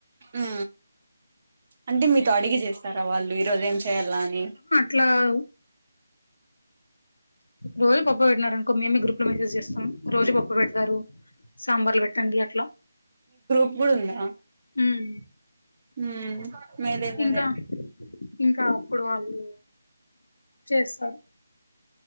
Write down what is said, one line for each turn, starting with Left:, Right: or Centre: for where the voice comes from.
Right: ఊ అంటే మీతో అడిగి చేస్తారా వాళ్ళు ఈరోజు ఏం కేరళ అని
Left: ట్లావు రోజు పప్పు పెట్నారనుకో మేమే గ్రూప్ లో మెసేజ్ చేస్తం రోజు పప్పు పెడతారు సాంబార్లు పెట్టండి అట్లా
Right: గుడుంద
Left: మ్మ్
Right: హ్మ్ మెలైనదే
Left: ఇంకా ఇంకా అప్పుడు వాళ్ళు చేస్తారు